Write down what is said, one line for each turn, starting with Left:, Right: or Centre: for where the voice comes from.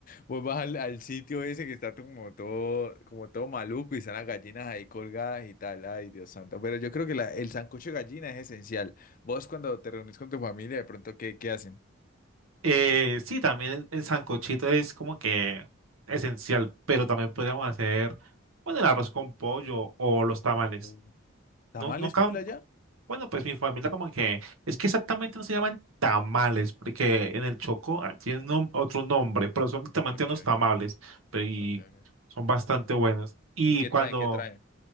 Left: vos vas al, al sitio ese que está como todo, como todo maluco y están las gallinas ahí colgadas y tal. Ay, Dios santo. Pero yo creo que la- el sancocho de gallina es esencial. Vos cuando te reunís con tu familia, de pronto, ¿qué, qué hacen?
Right: Eh, sí, también el, el sancochito es como que esencial, pero también podríamos hacer, bueno, el arroz con pollo o los tamales.
Left: No. ¿Tamales
Right: No, nunca,
Left: full allá?
Right: bueno, pues mi familia como que, es que exactamente no se llaman tamales, porque en el Choco ah, tienen nom- otro nombre, pero son literalmente
Left: Ok,
Right: unos tamales, pero y
Left: ok, ok.
Right: son bastante buenos. Y
Left: ¿Y qué
Right: cuando,
Left: traen? ¿Qué traen?